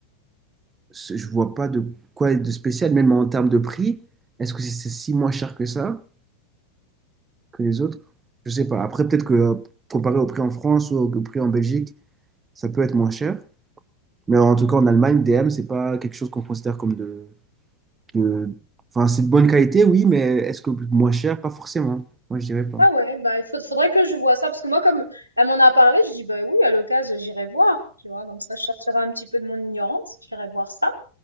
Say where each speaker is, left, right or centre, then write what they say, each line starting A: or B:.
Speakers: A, on the right (about 20°); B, on the right (about 80°).
A: c'est- je vois pas de quoi de spécial, même en termes de prix. Est-ce que c'est c'est si moins cher que ça? que les autres. Je sais pas. Après, peut-être que euh, comparé au prix en France ou au prix en Belgique, ça peut être moins cher. Mais en tout cas, en Allemagne, DM, c'est pas quelque chose qu'on considère comme de, de- Enfin, c'est de bonne qualité, oui, mais est-ce que moins cher? Pas forcément. Moi, je dirais pas.
B: Ah ouais, bah, il faut- faudrait que je vois ça, parce que moi, comme elle m'en a parlé, je dis, bah oui, à l'occasion, j'irai voir, tu vois, comme ça, je sortirai un petit peu de mon ignorance, j'irai voir ça,